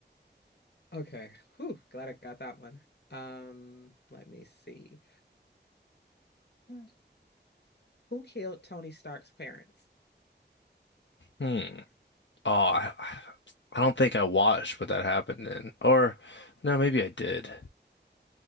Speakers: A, on the left; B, on the left.
A: Okay. Whew, glad I got that one. Um, let me see. Hmm. Who killed Tony Stark's parents?
B: Hmm. Oh, I, I don't think I watched what that happened in. Or no, maybe I did.